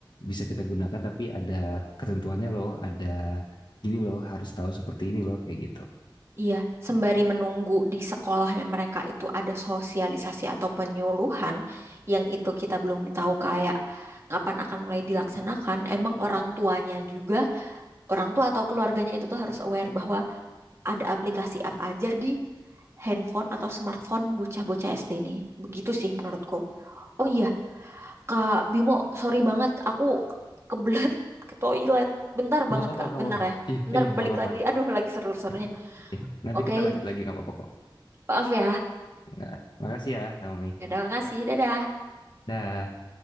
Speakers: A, on the left (about 60°); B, on the right (about 30°).
A: bisa kita gunakan tapi ada ketentuannya loh, ada gini loh, harus tahu seperti ini loh kayak gitu.
B: Iya, sembari menunggu di sekolahnya mereka itu ada sosialisasi atau penyuluhan yang itu kita belum tahu kayak kapan akan mulai dilaksanakan, emang orang tuanya juga, orang tua atau keluarganya itu tuh harus aware bahwa ada aplikasi apa aja di handphone atau smartphone bocah-bocah SD nih. Begitu sih menurutku. Oh iya, Kak Bimo, sorry banget, aku ke- kebelet <laughs> ke toilet. Bentar
A: Nggak
B: banget,
A: apa-apa,
B: Kak.
A: nggak
B: Bentar
A: apa-apa.
B: ya.
A: Iya,
B: Bentar
A: iya nggak
B: balik
A: apa-apa.
B: lagi. Iya, Aduh, lagi seru-serunya.
A: Oke. Ya, nanti
B: Oke,
A: kita lanjut lagi nggak apa-apa kok.
B: maaf ya.
A: nggak, Makasih ya, Naomi.
B: Ya udah, makasih. Dadah.
A: Dah.